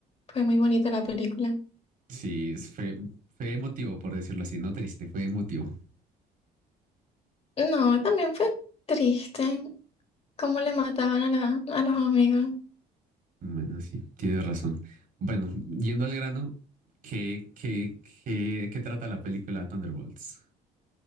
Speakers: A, on the left; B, on the right.
A: Fue muy bonita la película.
B: Sí, es- fue, fue emotivo, por decirlo así, no triste, fue emotivo.
A: No, también fue triste cómo le mataban a, la, a los amigos.
B: Bueno, sí, tienes razón. Bueno, yendo al grano, ¿qué, qué, qué, qué trata la película Thunderbolts?